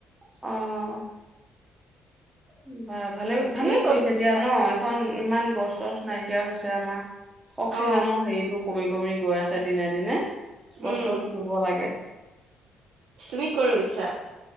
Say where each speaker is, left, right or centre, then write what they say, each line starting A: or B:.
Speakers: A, on the right; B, on the right.
A: অ' উ হ ভালে ভালে
B: তুমি
A: কৰিছে
B: ক'ত ৰুইছা
A: দিয়া ন এইখন ইমান গছ চছ নাইকিয়া হৈছে আমাৰ অক্সিজেনৰ
B: অ
A: হেৰিটো কমি কমি গৈ আছে দিনে দিনে গছ
B: উম
A: চছ ৰুব লাগে
B: তুমি কৰ ৰুইছো